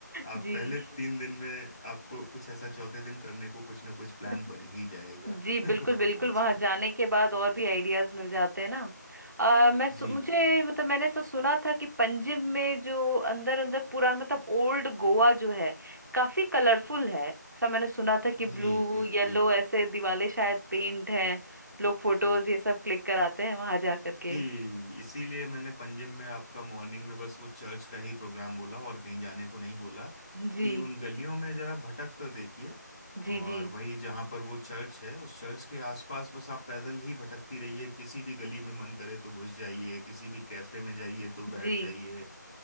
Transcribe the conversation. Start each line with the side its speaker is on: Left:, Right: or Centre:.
Left: आप
Right: जी
Left: पहले तीन दिन में आपको कुछ ऐसा चौथे दिन करने को कुछ ना कुछ प्लान
Right: <laughs>
Left: बन ही जाएगा
Right: जी
Left: <laughs>
Right: बिल्कुल
Left: वहां
Right: बिल्कुल
Left: पहुंच
Right: वहां
Left: के
Right: जाने के बाद और भी आइडियाज मिल जाते हैं ना अ, मैं सु,
Left: जी
Right: मुझे मतलब मैंने ऐसा सुना था कि पंजिम में जो अंदर अंदर पुराना मतलब ओल्ड गोवा जो है काफी कलरफुल है ऐसा मैंने सुना था कि ब्लू
Left: जी जी
Right: येलो
Left: जी
Right: ऐसे दिवाले शायद पेंट हैं लोग फोटोज ये सब क्लिक कराते हैं वहां जा करके
Left: जी इसीलिए मैंने पंजिम में आपका मॉर्निंग में बस वो चर्च का ही प्रोग्राम बोला और कहीं जाने को नहीं बोला
Right: जी
Left: कि उन गलियों में जरा भटक कर देखिए
Right: जी
Left: और
Right: जी
Left: वही जहाँ पर वो चर्च है उस चर्च के आसपास बस आप पैदल ही भटकती रहिए किसी भी गली में मन करे तो घुस जाइए किसी भी कैफे में जाइए तो बैठ
Right: जी
Left: जाइए